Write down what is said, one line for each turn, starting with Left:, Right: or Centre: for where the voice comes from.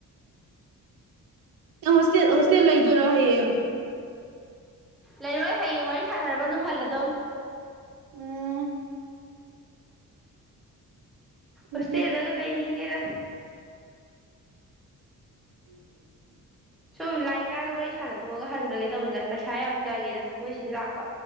Right: ꯍꯣꯁꯇꯦꯜ ꯍꯣꯁꯇꯦꯜ ꯂꯩꯗꯧꯏꯔꯣ ꯍꯌꯦꯡ
Centre: ꯂꯩꯔꯣꯏ ꯍꯌꯦꯡ ꯋꯥꯔꯤ ꯁꯥꯟꯅꯔꯕ ꯑꯗꯨꯝ ꯍꯜꯂꯗꯧ
Right: ꯎꯝ ꯐꯩ
Centre: ꯍꯁꯦꯜꯗꯒ
Right: ꯐꯩ
Centre: ꯂꯩꯅꯤꯡꯗꯦꯗ
Right: ꯎꯝꯝ
Centre: ꯁꯨꯝ ꯂꯥꯛꯏꯀꯥꯟꯗ ꯋꯥꯔꯤ ꯁꯥꯟꯅ ꯊꯣꯛꯑꯒ ꯍꯟꯈ꯭ꯔꯒꯦ ꯇꯧꯕꯅꯤꯅ ꯄꯩꯁꯥ ꯌꯥꯝ ꯆꯪꯉꯦꯗ ꯃꯣꯏ ꯁꯤꯗꯤ ꯂꯥꯛꯄ